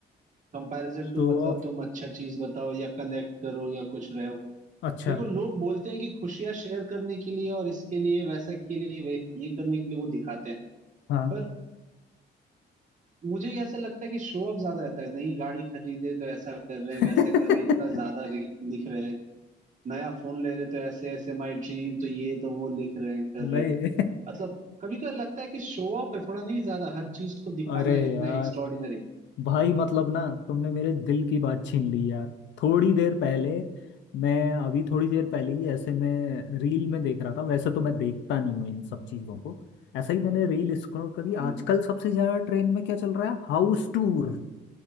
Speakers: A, on the right; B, on the left.
A: कंपैरिजन
B: शो
A: टू मतलब
B: ऑफ
A: तुम अच्छा चीज बताओ या कनेक्ट करो या कुछ रहो
B: अच्छा
A: देखो लोग बोलते हैं कि खुशियां शेयर करने के लिए और इसके लिए वैसा के लिए वे ये करने के लिए वो दिखाते हैं
B: हाँ
A: पर मुझे ये ऐसा लगता है कि शो ऑफ ज्यादा रहता है नई गाड़ी खरीदे तो ऐसा कर रहे
B: <laughs>
A: हैं वैसे कर रहे हैं इतना ज्यादा रि- लिख रहे हैं नया फोन ले रहे तो ऐसे ऐसे माई ड्रीम तो ये तो वो लिख रहे हैं कर
B: नहीं
A: रहे हैं मतलब कभी कभी लगता है कि शो ऑफ है थोड़ा नहीं ज्यादा हर चीज
B: <laughs>
A: को दिखाना
B: अरे
A: इतना
B: यार
A: एक्स्ट्रॉर्डिनरी
B: भाई मतलब ना तुमने मेरे दिल की बात छीन ली यार थोड़ी देर पहले मैं अभी थोड़ी देर पहले ही ऐसे में रील में देख रहा था वैसे तो मैं देखता नहीं हूँ इन सब चीज़ों को ऐसे ही मैंने रील स्क्रॉल करी
A: हम्म
B: आजकल सबसे ज़्यादा ट्रेंड में क्या चल रहा है House tour